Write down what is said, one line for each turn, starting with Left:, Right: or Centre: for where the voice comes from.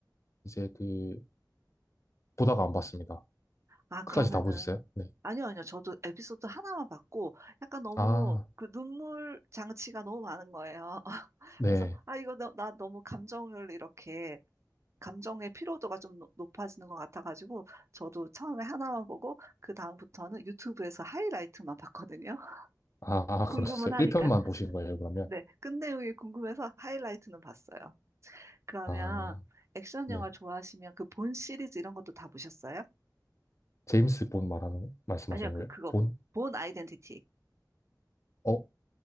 Left: 이제 그 보다가 안 봤습니다.
Right: 아, 그러면은.
Left: 끝까지 다 보셨어요? 네.
Right: 아니요, 아니요. 저도 에피소드 하나만 봤고, 약간 너무
Left: 아,
Right: 그 눈물 장치가 너무 많은 거예요. <laughs>
Left: 네.
Right: 그래서, 아, 이거 너, 나 너무 감정을 이렇게 감정의 피로도가 좀 노- 높아지는 것 같아가지고 저도 처음에 하나만 보고 그 다음부터는 유튜브에서 하이라이트만 봤거든요. <laughs>
Left: 아, 아, 그러셨어요.
Right: 궁금은 하니까.
Left: 1편만 보신 거예요, 그러면?
Right: 네, 끝 내용이 궁금해서 하이라이트는 봤어요. 그러면
Left: 아,
Right: 액션
Left: 네.
Right: 영화 좋아하시면 그 본 시리즈 이런 것도 다 보셨어요?
Left: 제임스 본 말하는 말씀하신
Right: 아니요, 그
Left: 거예요?
Right: 그거
Left: 본?
Right: 본 아이덴티티.
Left: 어?